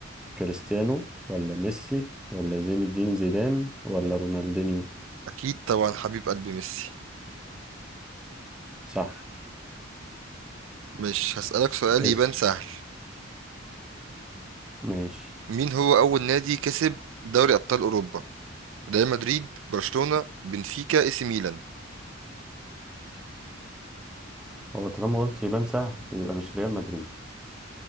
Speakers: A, in the centre; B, on the right.
A: كريستيانو ولا ميسي ولا زين الدين زيدان ولا رونالدينيو
B: أكيد طبعا حبيب قلبي ميسي
A: صح
B: مش هسألك سؤال
A: اسأل
B: يبان سهل
A: ماشي
B: مين هو أول نادي كسب دوري أبطال أوروبا ريال مدريد برشلونة بنفيكا إي سي ميلان
A: هو طالما قلت يبان سهل يبقى مش ريال مدريد